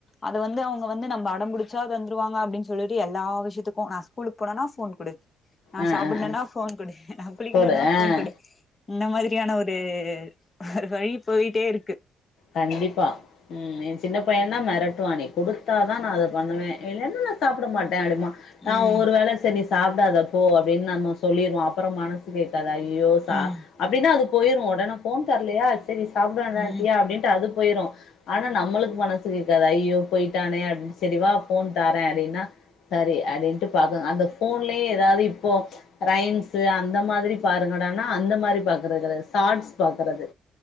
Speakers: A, on the left; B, on the left.
A: அது வந்து அவங்க வந்து நம்ம அடம்புடிச்சா தந்துருவாங்க அப்படின்னு சொல்லிட்டு எல்லா விஷயத்துக்கும் நான் ஸ்கூலுக்கு போனுனா போன் குடு நா
B: ஆ
A: சாப்படனுன்னா
B: ஆ ஆ
A: போன் குடு நா குளிக்கணுன்னா
B: போடு
A: போன்
B: ஆ
A: குடு இந்த மாதிரியான ஒரு ஒரு வழி போயிட்டே இருக்கு
B: கண்டிப்பா ம் என் சின்ன பையன்தா மெரட்டு வானே குடுத்தா நானு அத பண்ணுவேன் இல்லன்னா நா சாப்பட மாட்டேன் அப்படிம்பான் நான்
A: ம்
B: ஒரு வேள செரி சாப்படாத போ அப்படின்னு நாம சொல்லிடுவோம் அப்புறோ மனசு கேட்காதா அவிங் யோசா
A: ம்
B: அப்படின்னா அது போயிரும் உடனே போன் தரலையா சரி சாப்ட வேண்டாட்டியா
A: ம்
B: அப்பிடினு அது போயிரு ஆனா நம்மளுக்கு மனசு கேக்காது ஐயயோ போய்ட்டானே அப்டினு சரிவா ஃபோன் தரே அப்டின்னா சரி அதென்ட்டு பாங்க அந்த ஃபோன்லய எதாது இப்போ ரைம்ஸ் அந்த மாதிரி பாருங்கடான அந்த மாரி பாக்கறது கெட டாஸ் பாக்கறது